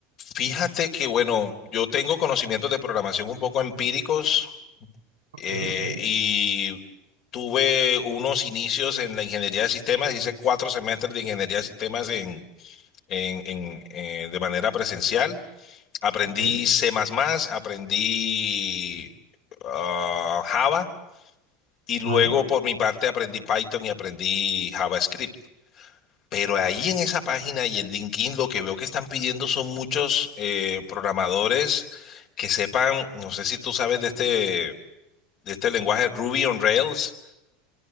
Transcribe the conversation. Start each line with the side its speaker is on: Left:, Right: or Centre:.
Left: Fíjate que, bueno, yo tengo conocimientos de programación un poco empíricos
Right: Ok,
Left: eh,
Right: ok,
Left: y tuve unos inicios en la ingeniería de sistemas, hice cuatro semestres de ingeniería de sistemas en, en- en, eh, de manera presencial. Aprendí
Right: ok.
Left: C++, aprendí ah, Java y luego
Right: Vale.
Left: por mi parte aprendí Python y aprendí JavaScript. Pero ahí en esa página y en LinkedIn lo que veo que están pidiendo son muchos eh, programadores que sepan, no sé si tú sabes de este, de este lenguaje Ruby on Rails.